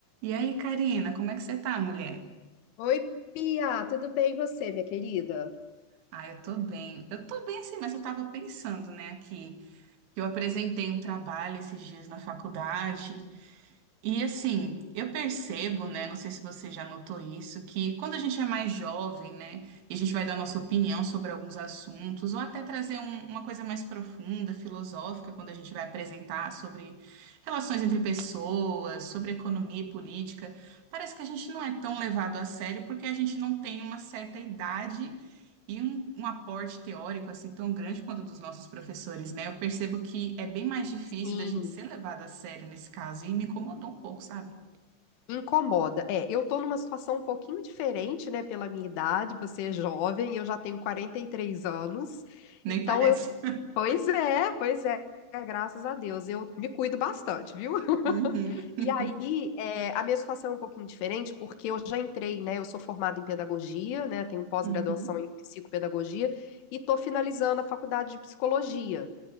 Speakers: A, on the right; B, on the left.
A: E aí, Karina, como é que você tá, mulher?
B: Oi, Bia, tudo bem e você, minha querida?
A: Ah, eu tô bem. Eu tô bem sim, mas eu tava pensando, né, aqui, que eu apresentei um trabalho esses dias na faculdade E assim, eu percebo, né? Não sei se você já notou isso, que quando a gente é mais jovem, né, e a gente vai dar nossa opinião sobre alguns assuntos, ou até trazer um- uma coisa mais profunda, filosófica, quando a gente vai apresentar sobre relações entre pessoas, sobre economia e política, parece que a gente não é tão levado a sério porque a gente não tem uma certa idade e um, um aporte teórico assim tão grande quanto o dos nossos professores, né? Eu percebo que é bem mais difícil
B: Sim,
A: da gente ser levado a sério nesse caso e me incomodou um pouco, sabe?
B: incomoda. É, eu tô numa situação um pouquinho diferente, né, pela minha idade, você é jovem, eu já tenho 43 anos.
A: Nem
B: Então
A: parece.
B: eu, pois é, pois é, graças a Deus, eu me cuido bastante, viu? <laughs>
A: <laughs>
B: E aí, é, a minha situação é um pouquinho diferente, porque eu já entrei, né? Eu sou formada em pedagogia, né? Tenho pós-graduação
A: Uhum, uhum,
B: em psicopedagogia e estou finalizando a faculdade de psicologia.